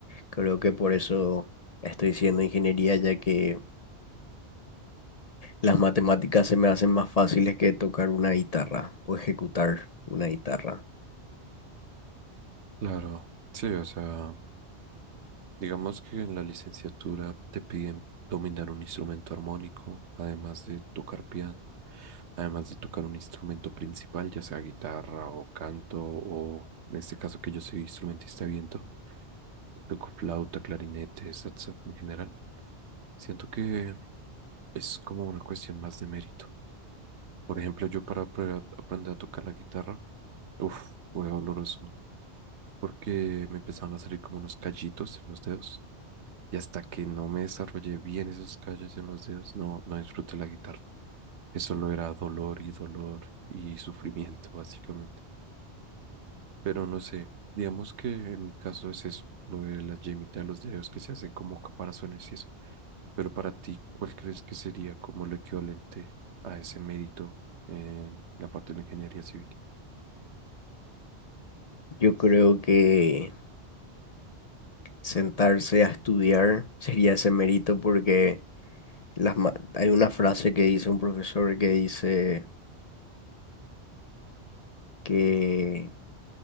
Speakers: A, on the left (about 45°); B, on the right (about 80°).
A: Creo que por eso estoy haciendo ingeniería, ya que las matemáticas se me hacen más fáciles que tocar una guitarra o ejecutar una guitarra.
B: Claro, sí, o sea, digamos que en la licenciatura te piden dominar un instrumento armónico, además de tocar piano, además de tocar un instrumento principal, ya sea guitarra o canto, o en este caso que yo soy instrumentista de viento, toco flauta, clarinete, saxo en general. Siento que es como una cuestión más de mérito. Por ejemplo, yo para apre- aprender a tocar la guitarra, uff, fue doloroso, porque me empezaron a salir como unos callitos en los dedos, y hasta que no me desarrollé bien esos callos en los dedos, no, no disfruté la guitarra. Eso solo era dolor y dolor y <laughs> sufrimiento, básicamente. Pero no sé, digamos que en mi caso es eso, lo de la yemita de los dedos que se hacen como caparazones y eso. Pero para ti, ¿cuál crees que sería como lo equivalente a ese mérito en la parte de la ingeniería civil?
A: Yo creo que sentarse a estudiar <laughs> sería ese mérito porque las ma- hay una frase que dice un profesor que dice que